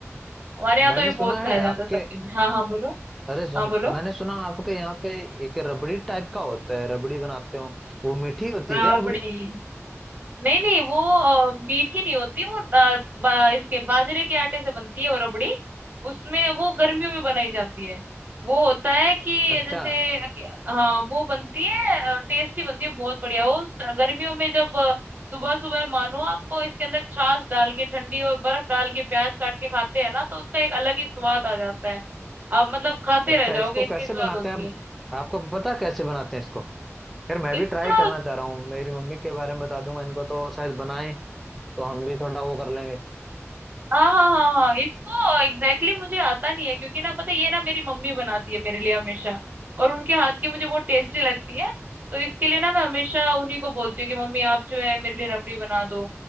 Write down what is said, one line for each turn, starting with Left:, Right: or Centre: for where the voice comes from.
Right: हमारे यहाँ
Centre: मैंने
Right: तो ये बहुत
Centre: सुना
Right: खाया
Centre: है
Right: जाता
Centre: आपके
Right: है सर्दी में हाँ हाँ बोलो
Centre: अरे सुनो
Right: हाँ बोलो
Centre: मैंने सुना आपके यहाँ पे एक रबड़ी टाइप का होता है रबड़ी बनाते हो वो मीठी होती
Right: राबड़ी
Centre: है क्या रबड़ी
Right: नहीं नहीं वो अ, मीठी नहीं होती वो अ, बा, इसके बाजरे के आटे से बनती है वो रबड़ी उसमें वो गर्मियों में बनाई जाती है वो होता है कि
Centre: अच्छा
Right: जैसे अ, कि- हाँ वो बनती है टेस्टी बनती है बहुत बढ़िया वो उस- गर्मियों में जब सुबह सुबह मानो आप तो इसके अंदर छाछ डाल के ठंडी और बर्फ डाल के प्याज काट के खाते हैं ना तो उसका एक अलग ही स्वाद आ जाता है आप मतलब खाते
Centre: अच्छा
Right: रह जाओगे
Centre: इसको
Right: इतनी
Centre: कैसे
Right: स्वाद
Centre: बनाते
Right: होती
Centre: हैं आप
Right: है
Centre: आपको पता है कैसे बनाते हैं इसको यार मैं भी
Right: इसका
Centre: ट्राई करना चाह रहा हूँ मेरी मम्मी के बारे में बता दूंगा इनको तो शायद बनाएं तो हम भी थोड़ा वो कर लेंगे
Right: हाँ हाँ हाँ हाँ इसको एग्जैक्टली exactly मुझे आता नहीं है क्योंकि ना पता है, ये ना मेरी मम्मी बनाती है मेरे लिए हमेशा और उनके हाथ की मुझे बहुत टेस्टी लगती है तो इसके लिए ना मैं हमेशा उन्हीं को बोलती हूँ कि मम्मी आप जो है मेरे लिए रबड़ी बना दो